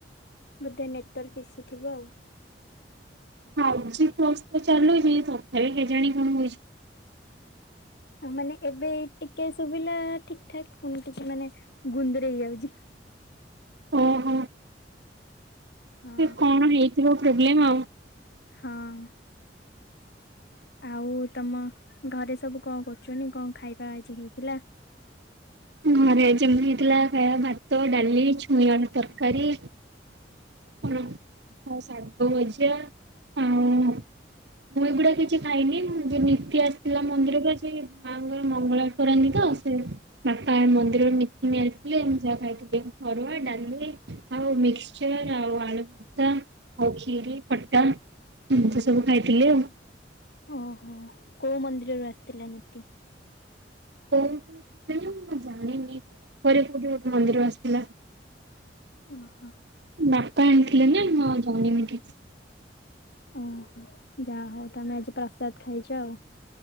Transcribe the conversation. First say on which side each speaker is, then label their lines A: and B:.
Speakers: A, on the left; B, on the right.
A: ବୋଧେ ନେଟୱାର୍କ ଇସୁଥିବ ଆଉ।
B: ଫାଇବଜିପ୍ଲସ ଚାଲୁଛି ତଥାପି କେଜାଣି କଣ ହଉଛି।
A: ଆ ମାନେ ଏବେ ଟିକେ ଶୁଭିଲା ଠିକ ଠାକ ପୁଣି ଟିକେ ମାନେ ଗୁନ୍ଦରେଏତ ହେଇଯାଉଛି।
B: ଓହୋ
A: ହଁ
B: ସେ କଣ ହେଇଥିବ ପ୍ରୋବ୍ଲେମ ଆଉ।
A: ହଁ। ଆଉ ତମ ଘରେ ସବୁ କଣ କରୁଛନ୍ତି କଣ ଖାଇବା ଆଜି ହେଇଥିଲା?
B: ଘରେ ଆଜି ଆମର ହେଇଥିଲା ଖାଇବା ଭାତ ଡାଲି ଛୁଇଁ ଆଳୁ ତରକାରୀ। ହୁଁ ଆଉ ଶାଗ ଭଜା ଆଉ ମୁଁ ଏଗୁଡା କିଛି ଖାଇନି ମୁଁ ବେନି ଦୁତି ଆସିଥିଲା ମନ୍ଦିରକୁ ଯେ ମାଙ୍କର ମଙ୍ଗଳା କରନ୍ତି ତ ସେ ବାପା ମନ୍ଦିରରୁ ନିତିିନ ଆସିଥିଲେ ମୁଁ ଯାହା ଖାଇଥିଲି ଅରୁଆ ଡାଲିି ଆଉ ମିକ୍ସଚର ଆଉ ଆଳୁ ଭର୍ତା ଆଉ ଖିରି ଖଟା ଏମିତି ସବୁ ଖାଇଥିଲି ଆଉ।
A: ଓହୋ କୋଉ ମନ୍ଦିରରୁ ଆସିଥିଲା ନୀତି?
B: କୋଉ ମୁଁ ଜାଣିନି କୁଆଡୁ କୋଉ ଗୋଟେ ମନ୍ଦିରରୁ ଆସ
A: ଓହୋ।
B: ବାପା ଆଣିଥିଲେ ନା ମୁଁ ଆଉ ଜାଣିନି ଠିକ୍ ସେ।
A: ଓହୋ ଯାହା ହଉ ତମେ ଆଜି ପ୍ରସାଦ ଖାଇଛ ଆଉ।